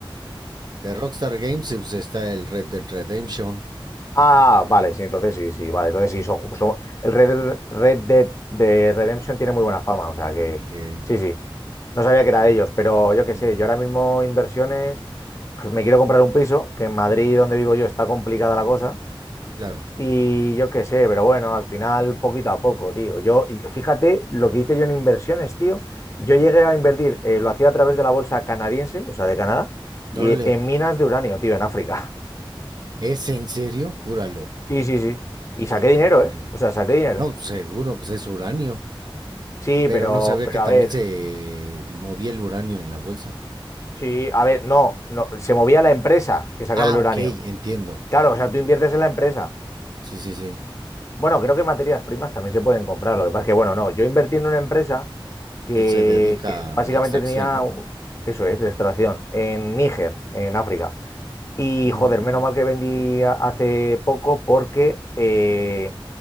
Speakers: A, on the right; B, on the left.
A: De Rockstar Games pues, está el Red Dead Redemption,
B: Ah, vale, sí, entonces sí, sí, vale, entonces sí, son, ju- son- el Red, Dead- Red Dead de Redemption tiene muy buena fama, o sea que
A: Sí,
B: sí, sí, no sabía que era de ellos, pero yo qué
A: ujú,
B: sé, yo ahora mismo inversiones, pues me quiero comprar un piso, que en Madrid, donde vivo yo, está complicada la cosa,
A: claro.
B: Y yo qué sé, pero bueno, al final poquito a poco, tío. Yo, y fíjate lo que hice yo en inversiones, tío. Yo
A: ujú.
B: llegué a invertir, eh, lo hacía a través de la bolsa canadiense, o sea, de Canadá, y
A: Órale,
B: eh, en minas de uranio, tío, en África. <laughs>
A: ¿es en serio? Júralo,
B: Sí, sí, sí. Y saqué
A: no te
B: dinero,
A: creo.
B: ¿eh? O sea, saqué dinero.
A: No, seguro, pues es uranio,
B: Sí,
A: pero
B: pero,
A: no sabía
B: pero
A: que también
B: a ver,
A: se movía el uranio en la bolsa.
B: sí, a ver, no, no, se movía la empresa que sacaba
A: Ah,
B: el
A: ok,
B: uranio.
A: entiendo.
B: Claro,
A: Mm,
B: o sea, tú inviertes en la empresa.
A: Sí, sí, sí.
B: Bueno, creo que materias primas también se pueden comprar. Lo que pasa es que, bueno, no, yo invertí en una empresa que,
A: Que se dedica
B: que básicamente
A: a la extracción,
B: tenía,
A: ¿no?
B: eso es, de extracción, en Níger, en África. Y
A: Ujú.
B: joder, menos mal que vendí a- hace poco porque eh,